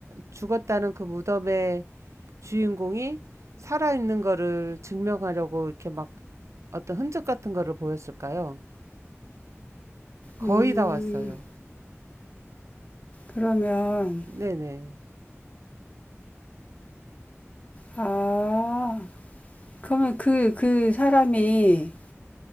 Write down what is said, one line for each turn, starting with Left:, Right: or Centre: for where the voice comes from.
Right: 죽었다는 그 무덤의 주인공이 살아 있는 거를 증명하려고 이렇게 막 어떤 흔적 같은 거를 보였을까요? 거의
Left: 음,
Right: 다 왔어요.
Left: 그러면,
Right: 네네.
Left: 아, 그러면 그, 그 사람이